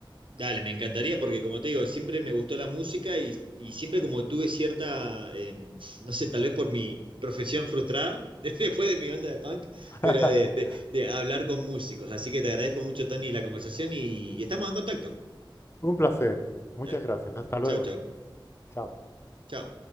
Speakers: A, on the right; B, on the left.
A: Dale, me encantaría porque como te digo, siempre me gustó la música y, y siempre como tuve cierta, em, no sé, tal vez por mi profesión frustrada, <laughs> desde- después de mi onda de punk, pero
B: <laughs>
A: de, de- de hablar con músicos. Así que te agradezco mucho, Tony, la conversación y, y estamos en contacto.
B: Un placer. Muchas
A: Dale.
B: gracias. Hasta luego.
A: Chao, chao.
B: Chao.
A: Chao.